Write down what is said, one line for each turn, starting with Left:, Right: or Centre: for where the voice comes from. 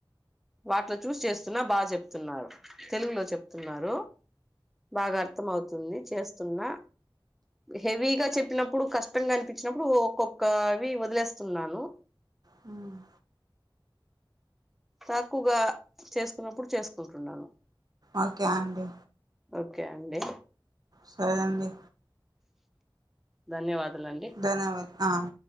Centre: వాటిలో చూసి చేస్తున్నా బాగా చెప్తున్నారు. తెలుగులో చెప్తున్నారు. బాగా అర్థం అవుతుంది. చేస్తున్నా హెవీగా చెప్పినప్పుడు, కష్టంగా అనిపించినప్పుడు, ఒక్కొక్కవి వదిలేస్తున్నాను.
Right: హ్మ్
Centre: తక్కువగా చేసుకున్నప్పుడు చేసుకుంటున్నాను
Right: ఓకే అండి
Centre: ఓకే అండి
Right: సరే అండి
Centre: ధన్యవాద లండి
Right: ధన్యవాద